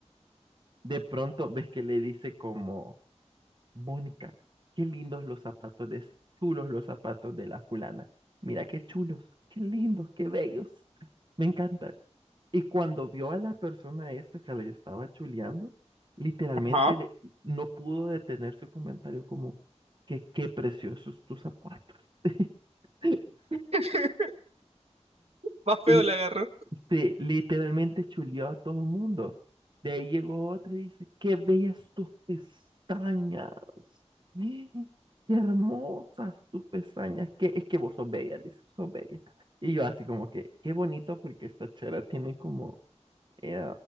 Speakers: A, on the right (about 40°); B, on the right (about 60°).
A: de pronto ves que le dice como, Mónica, qué lindos los zapatos de, es- chulos los zapatos de la fulana. Mira qué chulos, qué lindos, qué bellos. Me encanta. Y cuando vio a la persona esta que le estaba chuleando, literalmente
B: ajá.
A: le- no pudo detener su comentario como que qué preciosos tus zapatos. <laughs>
B: <laughs> Más feo
A: Y
B: le agarró.
A: Sí, literalmente chuleó a todo el mundo. De ahí llegó otro y dice, qué bellas tus pestañas. <gasps> ¡Eh! Qué hermosas tus pestañas. Que es que vos sos bella, le dice, sos bella. Y yo así como que, qué bonito porque esta chera tiene como eh,